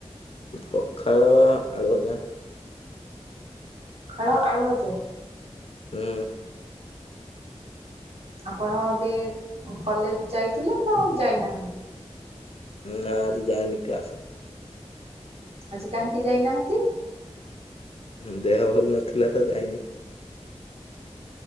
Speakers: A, on the left (about 60°); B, on the right (about 60°).
A: ପଖାଳ ଆଳୁ ଭଜା।
B: ପଖାଳ ଆଳୁ ଭଜା?
A: ହୁଁ।
B: ଆପଣ ଏବେ କଲେଜ୍ ଯାଇଥିଲେ ନା ଯାଇନାହାନ୍ତି?
A: ନାଁ ଆଜି ଯାଇନି କ୍ଲାସ।
B: ଆଜି କାହିଁକି ଯାଇନାହାନ୍ତି?
A: ହୁଁ ଦେହ ଭଲ ନଥିଲା ତ ଯାଇନି।